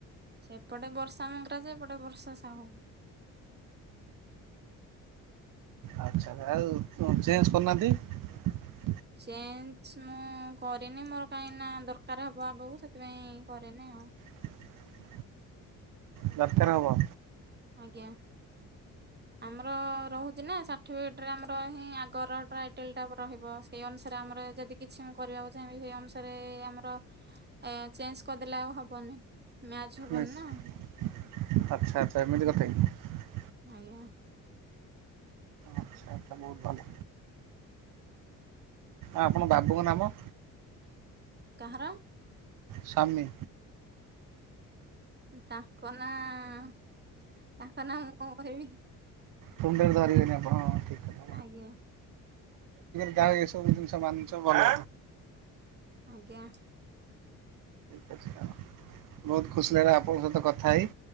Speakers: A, on the right (about 25°); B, on the right (about 50°).
A: ସେପଟେ ବର୍ଷା ମଙ୍ଗରାଜେ ଏପଟେ ବର୍ଷା ସାହୁ।
B: ଆ୍ ଆଉ ଚେଞ୍ଜ କରନାହାନ୍ତି
A: ଚେଞ୍ଜ ମୁଁ କରେନି ମୋର କାହିଁକି ନା ଦରକାର ହବ ଆଗକୁ ସେଥିପାଇଁ କରେନି ଆଉ।
B: ହ ଦରକାର ହବ।
A: ଆଜ୍ଞା, ଆମର-ଅ-ଅ ରହୁ ନା ସାର୍ଟିଫିକେଟରେ ଆମର ହିଁ ଆଗର ଟ୍ରାଇଟଲେ ଟା ରହିବ ସେଇ ଅନୁସାରେ ଆମର ଯଦି କିଛି ମୁ କରି ଯାଉଛେ ସେଇ ଅନୁସାରେ ଆମର ଚେଞ୍ଜ ଅ କରିଦେଲେ ଆଉ ହବନି। ମ୍ୟାଚ ହବନି
B: ମିସ
A: ନା
B: ଆଚ୍ଛା ଆଚ୍ଛା ଏମିତି କଥା କି।
A: ଆଜ୍ଞା,
B: <unintelligible> ବହୁତ ଭଲ। ଆପଣ ବାବୁଙ୍କ ନାମ?
A: କାହାର?
B: ସାମି,
A: ତାଙ୍କ ନାଁ-ଆ-ଆ ତାଙ୍କ ନା ମୁଁ କଣ କହିବି।
B: ତୁଣ୍ଡ ରେ ଧରିବେନି ଆପଣ। କଥା
A: ଆଜ୍ଞା।
B: ଯା ହୋଉ ଏସବୁ ଜିନିଷ ମାନୁଛ ଭଲ।
A: ଆଜ୍ଞା।
B: ବହୁତ ଖୁସି ଲାଗିଲା ଆପଣଙ୍କ ସହିତ କଥା ହେଇ।